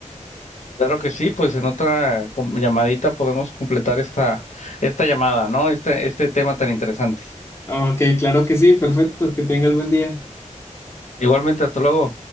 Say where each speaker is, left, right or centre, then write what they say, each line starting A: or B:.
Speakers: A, on the left; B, on the left.
A: Claro que sí, pues en otra com- llamadita podemos completar esta, esta llamada, ¿no? Este, este tema tan interesante.
B: Ok, claro que sí, perfecto. Que tengas buen día.
A: Igualmente, hasta luego.